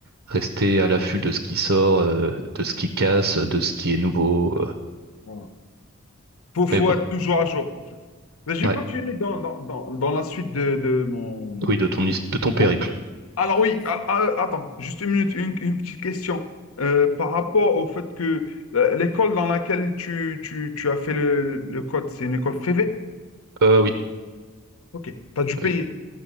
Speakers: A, on the right (about 75°); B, on the left (about 80°).
A: rester à l'affût de ce qui sort, euh, de ce qui casse, de ce qui est nouveau. euh.
B: Voilà. Faut, faut
A: Mais bon,
B: être toujours à jour, en fait. Mais je
A: ouais.
B: vais continuer dans, dans, dans, dans la suite de, de mon
A: Oui, de ton, his- de ton périple.
B: cours. Alors oui, a- a- attends, juste une minute, une, une petite question. Euh, par rapport au fait que euh, l'école dans laquelle tu, tu, tu as fait le, le code, c'est une école privée?
A: Euh, oui.
B: Ok, tu as dû payer.
A: Oui.